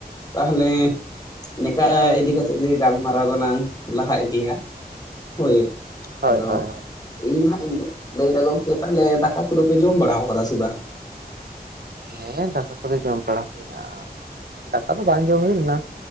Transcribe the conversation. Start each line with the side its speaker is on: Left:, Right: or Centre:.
Left: ᱛᱟᱦᱚᱞᱮ ᱱᱮᱠᱟᱜ ᱤᱫᱤ ᱠᱟᱛᱮᱫ ᱜᱮ ᱜᱟᱞᱢᱟᱨᱟᱣ ᱫᱚᱞᱟᱝ ᱞᱟᱦᱟ ᱤᱫᱤᱭᱟ ᱦᱳᱭ
Right: ᱦᱳᱭ
Left: ᱟᱫᱚ
Right: ᱦᱳᱭ ᱦᱳᱭ
Left: ᱤᱧ ᱦᱟᱜ ᱤᱧ ᱞᱟᱹᱭ ᱫᱟ ᱜᱚᱝᱠᱮ ᱛᱟᱦᱚᱞᱮ ᱫᱟᱠᱟ ᱠᱚᱫᱚ ᱯᱮ ᱡᱚᱢ ᱵᱟᱲᱟ ᱠᱟᱫᱟ ᱥᱮ ᱵᱟᱝ
Right: ᱦᱮᱸ ᱫᱟᱠᱟ ᱠᱚᱫᱚ ᱡᱚᱢ ᱵᱟᱲᱟ ᱦᱩᱭᱱᱟ ᱟᱨ ᱫᱟᱠᱟ ᱫᱚ ᱵᱟᱝ ᱡᱚᱢ ᱦᱩᱭ ᱞᱮᱱᱟ